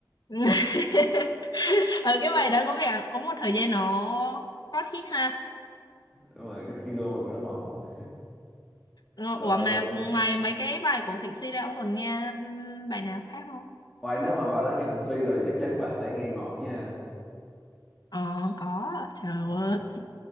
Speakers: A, on the left (about 60°); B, in the centre.
A: <laughs> ờ cái bài đó có vẻ có một thời gian nó hot hit ha
B: đúng rồi cứ khi đôi môi còn đỏ mọng
A: Ờ,
B: rồi
A: ủa mà ngoài mấy cái bài của Thịnh Suy ra ông còn nghe ừm, bài nào khác không
B: ngoài nếu mà bà đã nghe Thành Suy rồi thì chắc chắn bà sẽ nghe Ngọt chứ ha
A: ờ có trời ơi
B: Đấy.